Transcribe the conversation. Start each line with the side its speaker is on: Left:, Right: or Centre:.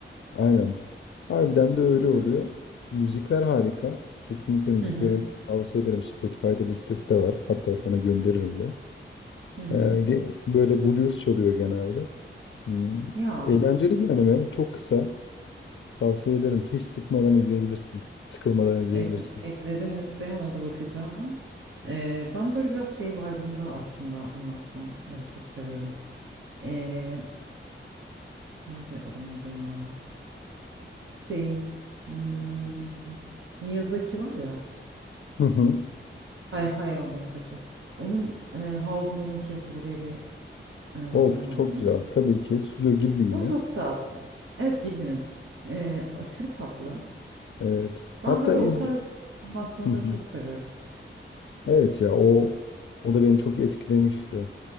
Left: Aynen. Harbiden de öyle
Right: Güzel.
Left: oluyor. Müzikler harika. Kesinlikle müziklerin
Right: Hı hı,
Left: tavsiye ederim. Spotify'da listesi de var. Hatta sana gönderirim de.
Right: hı hı.
Left: Ee, ge- böyle blues çalıyor genelde. Hmm,
Right: Ya.
Left: Eğlenceli bir anime. Çok kısa. Tavsiye ederim. Hiç sıkmadan izleyebilirsin. Sıkılmadan izleyebilirsin.
Right: Ek- ekledim listeye ona da bakacağım. Ee, ben böyle biraz şey vibe'ında aslında animasyonları çok seviyorum. Ee, neydi adamın adı ya? Şeyin hmm, Miyazaki var ya.
Left: Hı hı.
Right: Hay Hayao Miyazaki. Onun e, House Moving Castle diye bir animasyonu
Left: Of
Right: var
Left: çok
Right: biliyor
Left: güzel.
Right: musun?
Left: Tabii ki. Stüdyo Ghibli yine.
Right: O çok tatlı. Evet Ghibli'nin. Ee, aşırı tatlı.
Left: Evet.
Right: Ben
Left: Hatta
Right: böyle
Left: iz...
Right: o tarz animasyonları
Left: Hı hı.
Right: çok seviyorum.
Left: Evet ya o o da beni çok etkilemişti.